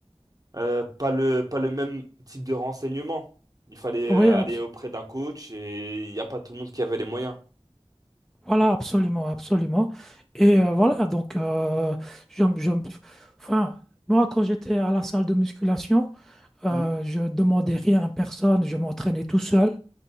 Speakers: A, on the right; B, in the centre.
A: euh, pas le, pas le même type de renseignement. Il fallait
B: Oui,
A: euh,
B: abs-
A: aller auprès d'un coach et il n'y a pas tout le monde qui avait les moyens.
B: Voilà, absolument, absolument. Et euh, voilà, donc, euh, je, je- enfin, moi, quand j'étais à la salle de musculation, euh,
A: Hmm.
B: je demandais rien à personne, je m'entraînais tout seul.